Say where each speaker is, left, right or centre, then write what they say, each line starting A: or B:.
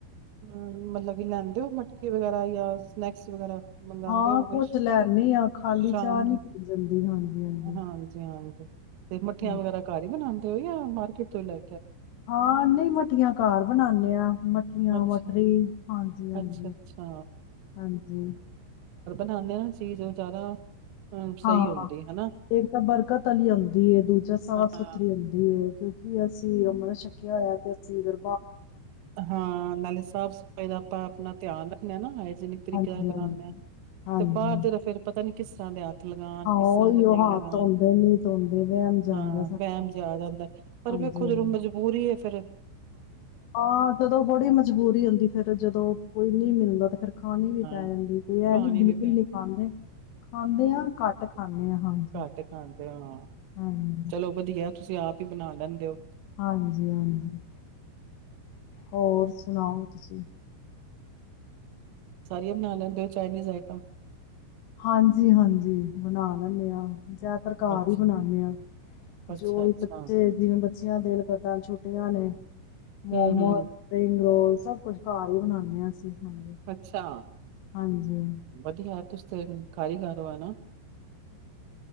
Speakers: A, on the right; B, on the left.
A: ਮਤਲਬ ਕੀ ਲੈਂਦੇ ਹੋ ਮੱਠੀ ਵਗੈਰਾ ਯਾ ਸਨੈਕਸ ਵਗੈਰਾ। ਮੰਗਵਾਉਂਦੇ
B: ਹਾਂ
A: ਹੋਗੇ
B: ਕੁਛ ਲੈਣੀ ਆ ਖਾਲੀ
A: ਸ਼ਾਮ
B: ਚਾਹ ਨੀ
A: ਦੇ
B: ਪੀ ਜਾਂਦੀ ਹਾਂਜੀ ਹਾਂਜੀ
A: ਹਾਂਜੀ-ਹਾਂਜੀ ਤੇ ਮੱਠੀਆਂ
B: ਹਮ।
A: ਵਗੈਰਾ ਘਰ ਹੀ ਬਣਾਦੇ <unintelligible> ਮਾਰਕੇਟ ਚ ਲੈ
B: ਹਾਂ ਨਹੀਂ ਮੱਠੀਆਂ ਘਰ ਬਣਾਉਦੇ ਆ ਮੱਠੀਆਂ,
A: ਅੱਛਾ
B: ਮਟਰੀ ਹਾਂਜੀ-ਹਾਂਜੀ,
A: ਅੱਛਾ ਅੱਛਾ
B: ਹਾਂਜੀ।
A: ਖਾਣੇ ਹ ਚੀਜ਼ ਉਹ ਜ਼ਿਆਦਾ ਅ ਸਹੀ
B: ਹਾਂ
A: ਹੁੰਦੀ ਹਨਾ
B: ਇੱਕ ਤਾਂ ਬਰਕਤ ਵਾਲੀ ਆਉਂਦੀ ਹੈ ਦੂਜਾ ਸਾਫ਼
A: ਹਾਂ
B: ਸੁਥਰੀ ਆਉਂਦੀ ਹੈ ਕਿਉਂ ਕੀ ਅਸੀਂ ਮ੍ਰਤ ਛੱਕਿਆ ਹੋਇਆ ਤੇ ਅਸੀਂ ਇਧਰ
A: ਹਾਂ ਨਾਲੇ ਸਾਫ਼ ਸਫ਼ਾਈ ਦਾ ਆਪਾਂ ਆਪਣਾ ਧਿਆਨ ਰੱਖ ਨ ਆ ਜਿੰਨੀ ਤਰੀਕੇ
B: ਹਾਂਜੀ
A: ਨਾਲ
B: ਹਾਂਜੀ
A: ਬਣਾਉਂਦੇ ਹਾਂ
B: ਹਾਂਜੀ
A: ਤੇ ਬਾਹਰ ਦੇ ਤਾਂ ਫਰ ਪਤਾ ਨੀ ਕਿਸ ਤਰ੍ਹਾਂ ਦੇ ਆ ਲਗਾਨ
B: ਹਾਂ
A: ਕਿਸ
B: ਉਹੀ
A: ਤਰ੍ਹਾਂ ਦੇ
B: ਉਹ
A: ਨਹੀਂ
B: ਹੱਥ
A: ਲਗਾਾਨ
B: ਧੋਂਦੇ ਨਹੀਂ ਧੋਂਦੇ ਵਹਿਮ ਜਾਂਦਾ
A: ਹਾਂ
B: ਸਾਡਾ
A: ਵਹਿਮ ਜਾ ਜਾਂਦਾ ਪਰ
B: ਹਾਂਜੀ
A: ਵੇਖੋ
B: ਹਾਂਜੀ
A: ਜਦੋਂ ਮਜਬੂਰੀ ਹੈ। ਫੇਿਰ
B: ਹਾਂ ਜਦੋਂ ਬੜੀ ਮਜਬੂਰੀ ਹੁੰਦੀ ਫੇਿਰ ਜਦੋਂ ਕੋਈ ਨਹੀਂ ਮਿਲਦਾ ਤੇ ਫਿਰ ਖਾਣੀ ਵੀ
A: ਹਾਂ
B: ਪੈ ਜਾਂਦੀ ਕੋਈ ਇਹ
A: ਖਾਣੀ
B: ਨੀ ਬਿਲਕੁਲ
A: ਵੀ ਪੈ
B: ਨਹੀਂ ਖਾਂਦੇ ਖਾਂਦੇ ਹਾਂ ਘੱਟ ਖਾਂਦੇ ਆ ਹਾਂਜੀ
A: ਘਟ ਖਾਂਦੇ ਹਾਂ
B: ਹਾਂਜੀ
A: ਚਲੋ ਵਧੀਆ ਤੁਸੀਂ ਆਪ ਬਣਾ ਲੈਂਦੇ ਹੋ।
B: ਹਾਂਜੀ ਹਾਂਜੀ ਹੋਰ ਸੁਣਾਓ ਤੁਸੀਂ
A: ਸਾਰੀਆਂ ਬਣਾ ਲੈਂਦੇ ਹੋ ਚਾਈਨੀਜ਼ ਆਈਟਮ
B: ਹਾਂਜੀ ਹਾਂਜੀ ਬਣਾ ਲੈਂਦੇ ਹਾਂ ਜ਼ਿਆਦਾਤਰ ਘਰ
A: ਅੱਛਾ
B: ਹੀ ਬਣਾਦੇ ਆਾਂ
A: ਅੱਛਾ
B: ਜੋ ਵੀ
A: ਅੱਛਾ
B: ਬੱਚੇ ਜਿਵੇਂ ਬੱਚਿਆਂ ਦਿਲ ਕਰ ਛੋਟੀਆਂ ਨੇ ਮੋਮੋ
A: ਹੂੰ ਹੂੰ
B: ਸਪਿੰਗ ਰੋਲ ਸਭ ਕੁਛ ਘਰ ਹੀ ਬਣਾਉਾਨਦੇ ਹਾਂ ਅਸੀਂ ਹਾਂਜੀ
A: ਅੱਛਾ
B: ਹਾਂਜੀ
A: ਵਧੀਆ ਤੁਸੀ ਤੇ ਕਾਰੀਗਰੋਂ ਹੈ। ਨਾ